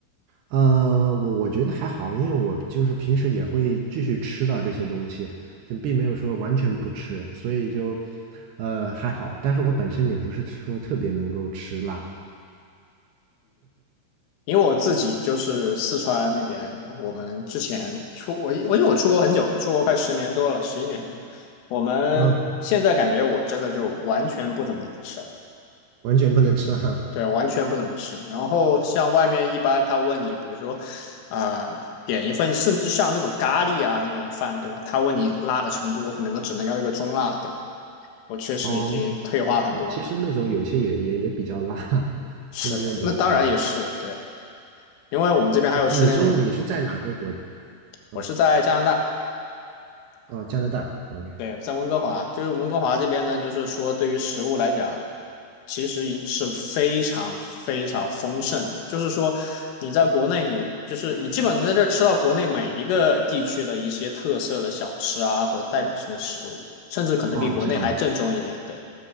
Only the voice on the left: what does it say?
因为我自己就是四川那边的，我们之前出我我因为我出国很久，出国快十年多了，十一年。我们现在感觉我真的就完全不怎么吃了，
对，完全不怎么吃。然后像外面一般他问你，比如说啊、呃点一份，甚至像那种咖喱啊那种饭，对吧？他问你辣的程度，我可能都只能要一个中辣。对，我确实已经退化很多了。
是的，
那当然也是对，因为我们这边还有吃那种，
我是在加拿大，
对，在温哥华，就是温哥华这边呢，就是说对于食物来讲，其实是非常非常丰盛的。就是说，你在国内你，就是你基本能在这儿吃到国内每一个地区的一些特色的小吃啊，或者代表性的食物，甚至可能比国内还正宗一点。
对，